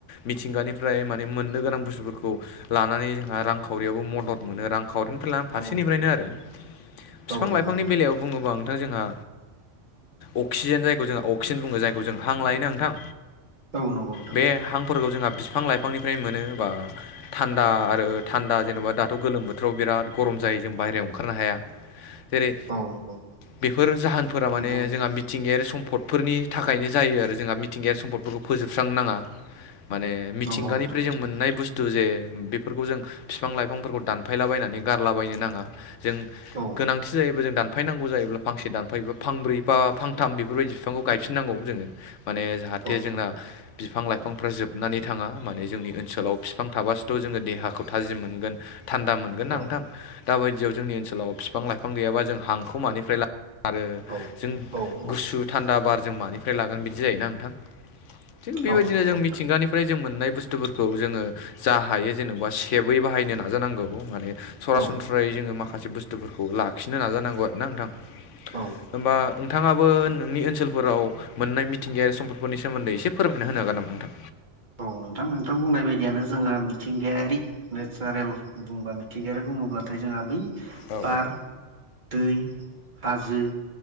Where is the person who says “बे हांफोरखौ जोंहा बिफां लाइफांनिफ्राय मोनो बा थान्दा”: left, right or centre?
Left